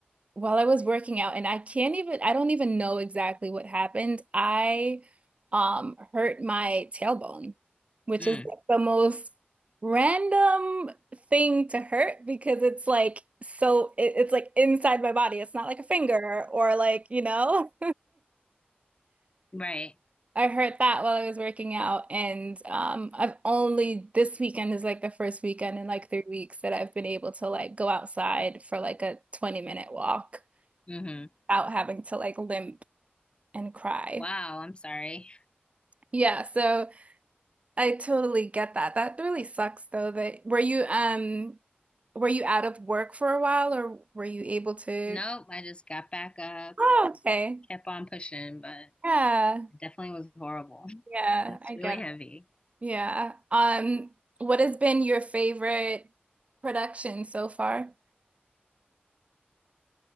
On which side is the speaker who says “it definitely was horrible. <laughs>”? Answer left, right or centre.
Left